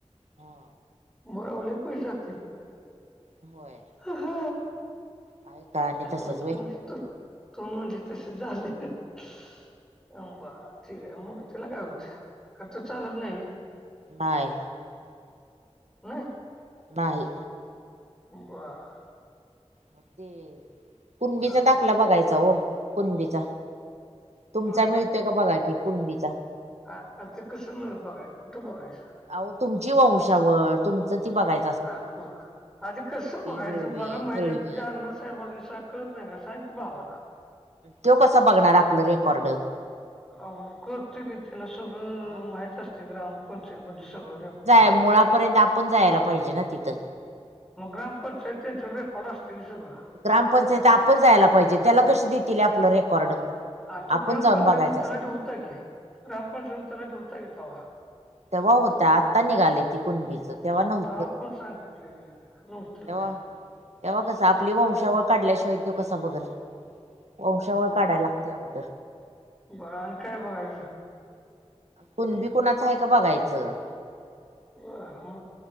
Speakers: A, on the right; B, in the centre.
A: हा
B: म व लय पैशे लागतील.
A: होय.
B: हा हा
A: आहे का आणि
B: काय
A: तसच
B: बघा
A: व्हय
B: तुम्हाली तर तुम्हाली तसंच झालंय अम बर. ठीक आहे मग त्याला काय होत खर्च चालत नाय वे.
A: नाही
B: नाय
A: नाही
B: बरं.
A: होते कुणबीचा
B: चालतंय
A: दाखला बघायचा
B: मग
A: हो कुणबीचा. तुमचा
B: कुणाचा
A: मिळतोय का बघा की कुंणबीचा.
B: आ आता कसं मी बघायचं कुठं बघायचं?
A: अहो तुमची वंशावळ तुमचं ती बघाय
B: हा कुख आ ते कसं बघायचं
A: बिळवी
B: मला माहि
A: हेळवी
B: काय ते तुझ्या अण्णासाहेबांना शा कळत नाही का सांग की भावाला.
A: तो कसा बगणार आपलं रेकॉर्ड?
B: अं करतंय की, त्याला सगळं
A: आ
B: माहित असते ग्रामपंचायती मधलं सगळं रेकॉर्ड.
A: त मुळापर्यंत आप पण जायला पाहिजे ना तिथं?
B: मग ग्रामपंचायतेचं रेकॉर्ड असते की सगळं.
A: ग्रामपंचायत आपण जायला पाहिजे, त्याला कशी देतील आपलं रेकॉर्ड?
B: आ तो
A: आपण
B: ग्राम
A: जाऊन
B: पंचायत
A: बघायचं
B: मदे
A: असतं
B: तलाठी होता की, ग्राम पंचायत मदे तलाठी होता की तवा.
A: तेव्हा होता. आत्ता निघाले ते कुणबीचं, तेव्हा नव्ह
B: आओ पन संगिटलेलं. नव्हतं.
A: तेव्हा,
B: मी
A: तेव्हा कसं आपली वंशावळ
B: हा
A: काढल्याशिवाय तो कसा बगल? वंशावळ काढायला लागते अगोदर.
B: बर आण काय बायल?
A: कुणबी कुणाचं हाय का बघायचं.
B: बर म